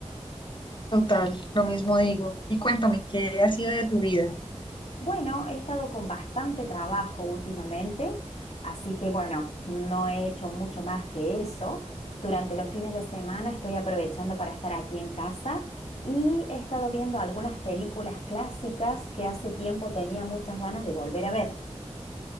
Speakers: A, on the left (about 45°); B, on the left (about 65°).
A: Total, lo mismo digo. Y cuéntame, ¿qué ha sido de tu vida?
B: Bueno, he estado con bastante trabajo últimamente, así que bueno, no he hecho mucho más que eso. Durante los fines de semana estoy aprovechando para estar aquí en casa y he estado viendo algunas películas clásicas que hace tiempo tenía muchas ganas de volver a ver.